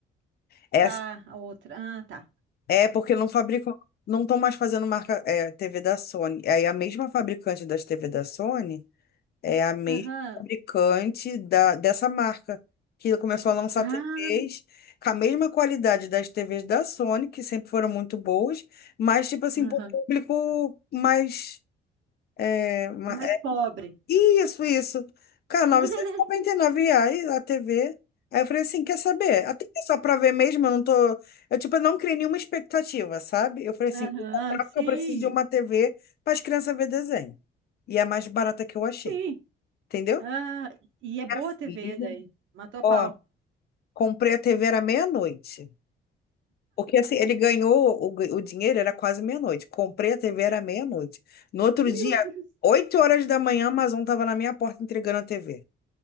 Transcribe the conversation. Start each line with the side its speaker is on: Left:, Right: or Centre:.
Left: Essa,
Right: Tá, a outra. Ah, tá.
Left: é porque não fabricam, não estão mais fazendo marca, é, TV da Sony. Aí a mesma fabricante das TV da Sony É a mesma
Right: Aham.
Left: fabricante da, dessa marca, que começou a lançar
Right: Ah,
Left: TVs com a mesma qualidade das TVs da Sony, que sempre foram muito boas, mas, tipo assim,
Right: Aham.
Left: para o público mais. É, ma-
Right: mais
Left: é,
Right: pobre.
Left: isso, isso. Cara, R$
Right: <laughs>
Left: 999 reais a TV. Aí eu falei assim: quer saber? Até que é só pra ver mesmo, eu não tô. Eu, tipo, eu não criei nenhuma expectativa, sabe? Eu falei assim:
Right: Aham,
Left: vou comprar
Right: sim,
Left: porque eu preciso de uma TV para as crianças ver desenho. E é a mais barata que eu achei.
Right: sim.
Left: Entendeu?
Right: Ah, e é boa
Left: Minha
Right: a TV
Left: filha,
Right: daí. Matou a
Left: ó,
Right: pau.
Left: comprei a TV era meia-noite. Porque assim, ele ganhou o, gan- o dinheiro, era quase meia-noite. Comprei a TV era meia-noite. No outro
Right: Meu
Left: dia,
Right: Deus.
Left: 8 horas da manhã, a Amazon tava na minha porta entregando a TV.